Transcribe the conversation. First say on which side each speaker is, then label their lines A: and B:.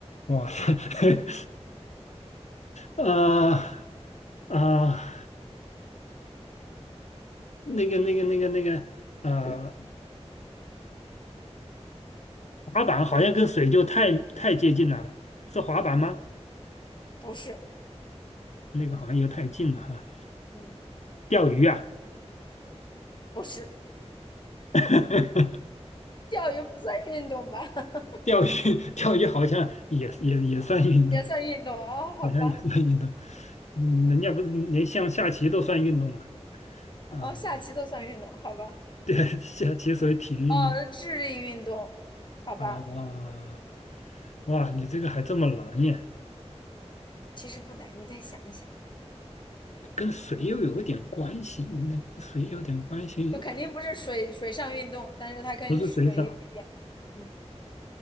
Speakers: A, on the left; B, on the left.
A: 哇，<laughs> 啊啊，那个那个那个那个，呃，滑板好像跟水就太太接近了吧？是滑板吗？
B: 不是，
A: 那个好像又太近了哈。
B: 嗯，
A: 钓鱼啊，
B: 不是，
A: <laughs>
B: 钓鱼不算运动吧？<laughs>
A: 钓鱼，钓鱼好像也也也算运动。
B: 也算运动哦，好吧，
A: 好像也算运动。嗯，人家不是连像下棋都算运动嘛？
B: 哦，
A: 嗯，
B: 下棋都算运动，好吧，
A: 对，<laughs> 下棋属于体育运动
B: 哦，智力运动，好吧。
A: 啊。哇，哇，你这个还这么难耶？
B: 其实不难，你再想一想，
A: 跟水又有点关系，那个水有点关系，
B: 就肯定不是水水上运动，但是它跟水有，
A: 不是水手
B: 嗯，